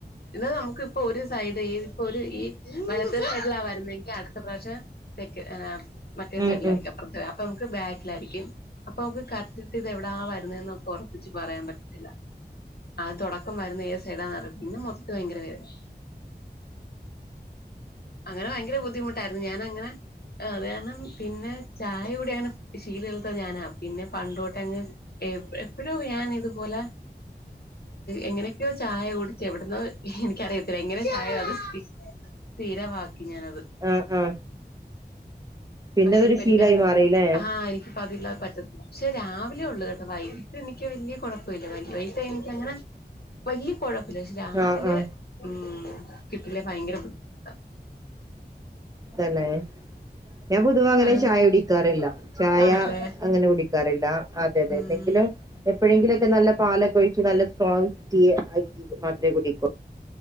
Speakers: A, on the left (about 65°); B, on the right (about 20°).
A: ഇത് നമുക്ക് ഇപ്പൊ ഒരു സൈഡ് ഈ ഇപ്പൊ ഒരു ഈ വലത്തെ സൈഡിലാ വരുന്നങ്കി അടുത്ത പ്രാവശ്യം ആ മറ്റേ
B: ഉം
A: സൈഡിലായിരിക്കും
B: ഉം
A: അപ്പർത്തെ അപ്പം നമുക്ക് ബെക്കിലായിരിക്കും അപ്പ നമുക്ക് കറക്ട് ഇത് എവടാ വരുന്നെന്ന് ഒറപ്പിച്ച് പറയാം പറ്റത്തില്ല അത് തൊടക്കം വരുന്ന ഏത് സൈഡാന്ന് പിന്നെ മൊത്തം ഭയങ്കര വേദന അങ്ങനെ ഭയങ്കര ബുദ്ധിമുട്ടായിരുന്നു ഞാന അങ്ങനെ അത് ഞാൻ കാരണം പിന്നെ ചായ കുടി അങ്ങനെ ശീലൽത്ത ഞാനാ പിന്നെ പണ്ടോട്ടെ അങ്ങ് എ എപ്പയൊ ഞാന് ഇതുപോല എങ്ങനെക്കെയോ ചായ കുടിച് എവ്ട്ന്നോ എനിക്കറിയത്തില്ല എങ്ങനെ ചായ <unintelligible> സ്ഥിരവാക്കി ഞാനത്
B: ആ ആ പിന്നെ
A: പക്ഷെ
B: അതൊരു
A: ഇപ്പ
B: ശീലായി
A: എനിക്ക്
B: മാറില്ലേ
A: ആ എനിക്കിപ്പ അതില്ലാതെ പറ്റത്തി പക്ഷെ രാവിലെ ഒള്ളു കേട്ടോ വൈകിട്ട് എനിക്ക് വല്ല്യ കോഴപ്പല്ല വൈ വൈകിട്ട് എനിക്ക് അങ്ങനെ വല്ല്യ കോഴ പക്ഷെ രാവിലെ
B: ആ ആ
A: ഉം കിട്ടില്ലെ ഭയങ്കര ബുദ്ധിമുട്ട
B: തെ ലെ ഞാൻ പൊതുവ അങ്ങനെ
A: ആഹ്
B: ചായ കുടിക്കാറില്ല ചായ
A: ആണല്ലേ
B: അങ്ങനെ കുടി ക്കാറില്ല അതെ അതെ
A: ഉം
B: എന്തെങ്കിലും എപ്പഴെങ്കിലൊക്കെ നല്ല പാലക്കൊഴിച്ച് നല്ല സ്ടോങ് ടീ ആക്കി മാത്രെ കുടിക്കു